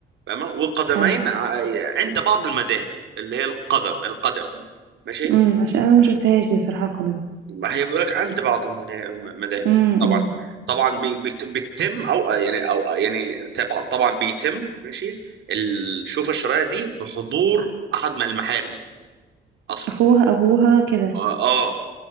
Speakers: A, on the right; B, on the right.
A: فاهمه والقدمين
B: حلو
A: ع- عند بعض المذاهب اللي هي القدم القدم ماشي
B: امم عشان انا ما شفتهاش دي بصراحه قدم
A: ما هي بيقولك عند بعض المنا- المذاهب
B: امم
A: طبعا طبعا بي- بيت- بيتم او يعني او يعني طبعا طبعا بيتم ماشي الشوفة الشرعية دي بحضور احد من المحارم اصلا
B: اخوها ابوها كده
A: اه آه،